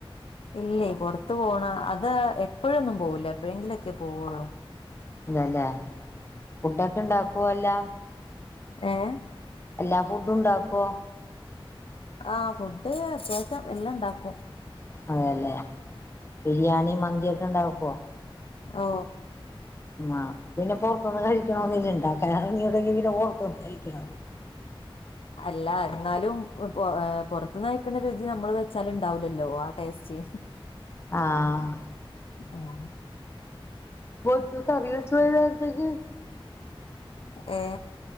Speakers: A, on the left; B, on the left.
A: ഇല്ലേ പൊറത്ത് പോണ അത് എപ്പോഴൊന്നും പോവൂല്ല എപ്പോഴെങ്കിലൊക്കെ പോവുള്ളൂ
B: ഇല്ലല്ലേ ഫുഡൊക്കെ ഇണ്ടാക്കുവോ അ ല്ല
A: ഏഹ്
B: എല്ലാ ഫുഡും ഉണ്ടാക്കോ
A: ആഹ് ഫുഡ് അത്യാവശ്യം എല്ലാം ണ്ടാക്കും.
B: അതെല്ലേ ബിരിയാണി മന്തിയൊ ങ്ങനെ ഇണ്ടാവുപ്പൊ
A: ഓ
B: ഉം ആഹ് പിന്നെപ്പൊ <unintelligible> കഴിക്കണോന്ന് <unintelligible> ഇണ്ടാക്കലാ <unintelligible> പൊറ്ത്ത്ന്ന് കഴിക്ക്ണാ
A: അല്ല എന്നാലും ഓ പൊ ഏ പൊറത്ത്ന്ന് കഴിക്ക്ണ രുചി നമ്മള് വെച്ചാലും ഇണ്ടാവൂലല്ലോ ആ ടേസ്റ്റ്
B: ആഹ്
A: ഉം
B: ബോത്ത് കറിവെച്ചൊ വൈന്നാര്ത്തക്ക്
A: ഏ